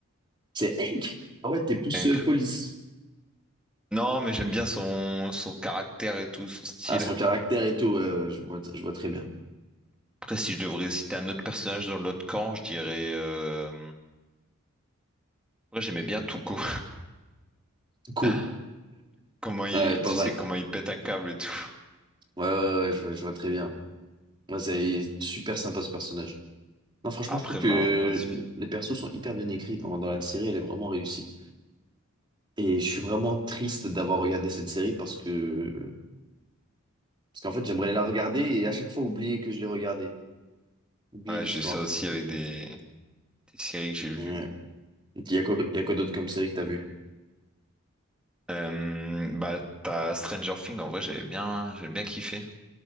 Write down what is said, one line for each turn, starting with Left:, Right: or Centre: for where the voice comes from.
Right: c'est Hank ah ouais t'es plus
Centre: Hank.
Right: euh, police
Centre: Non, mais j'aime bien son... son caractère et tout, son style.
Right: ah son caractère et tout ouais, ouais, je vois je vois très bien
Centre: Après, si je devrais citer un autre personnage dans l'autre camp, je dirais. euh, Après, j'aimais bien Tuco.
Right: cool
Centre: <laughs> Comment il,
Right: ouais, pas
Centre: tu
Right: mal
Centre: sais comment il pète un câble et tout.
Right: ouais, ouais, ouais, je vois je vois très bien Ouais, c'est super sympa ce personnage. Non, franchement,
Centre: Après,
Right: je trouve que
Centre: malheureusement, là, c'est fini.
Right: les persos sont hyper bien écrits dans, dans la série, elle est vraiment réussie. Et je suis vraiment triste d'avoir regardé cette série parce que, parce qu'en fait, j'aimerais la regarder et à chaque fois oublier que je l'ai regardée, oublier
Centre: Ouais,
Right: l'histoire.
Centre: j'ai ça aussi avec des, des séries que j'ai vues.
Right: Ouais. Il y a quoi, il y a quoi d'autre comme série que t'as vu?
Centre: Euh, bah, t'as Stranger Things, en vrai, j'avais bien, j'ai bien kiffé.